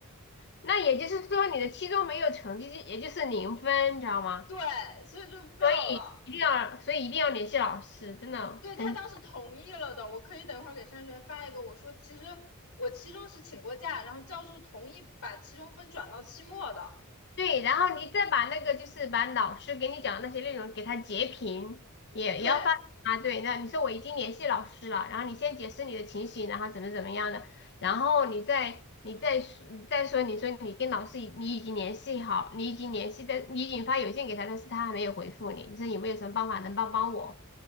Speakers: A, on the left; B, on the left.
A: 那也就是说你的期中没有成绩，也就是零分，你知道吗？
B: 对，所以就 fail
A: 所以一定要，
B: 了。
A: 所以一定要联系老师，真的很
B: 对，他当时同意了的，我可以等会儿给商学院发一个，我说其实我期中是请过假，然后教授同意把期中分转到期末的，
A: 对，然后你再把那个就是把老师给你讲的那些内容给他截屏，也也要发啊。
B: 对。
A: 对，那你说我已经联系老师了，然后你先解释你的情形，然后怎么怎么样的，然后你再你再说你再说，你说你跟老师已你已经联系好，你已经联系的，你已经发邮件给他，但是他还没有回复你，你说有没有什么办法能帮帮我？